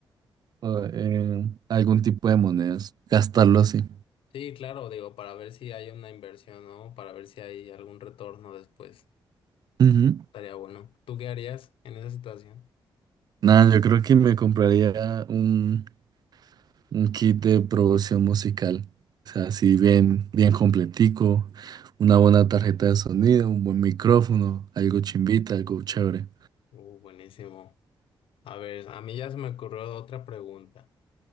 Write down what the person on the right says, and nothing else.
eh, algún tipo de monedas, gastarlo así.
Ujú.
Nada, yo creo que me compraría un Un kit de producción musical. O sea, así bien, bien completico. Una buena tarjeta de sonido, un buen micrófono, algo chimbita, algo chévere.